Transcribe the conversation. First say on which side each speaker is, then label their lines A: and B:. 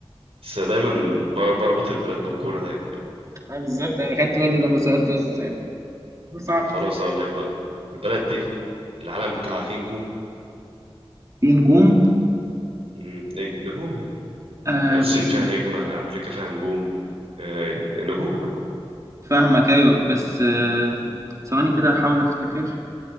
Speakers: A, on the right; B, on the right.
A: بس دايما بر- بربط البلاد بالكورة دايما
B: أه بالظبط أنا خدت بالي لما سألت بس <laughs> ده صعب
A: طب خلاص هقول لك بقى البلد دي العلم بتاعها فيه نجوم
B: في نجوم
A: مم، نج- نجوم يعني
B: آه
A: يعني الصين
B: في
A: فيها
B: نجوم.
A: نجمة أمريكا فيها نجوم آه، نجوم
B: فاهمك أيوه بس آه ثواني كده أحاول أفتكر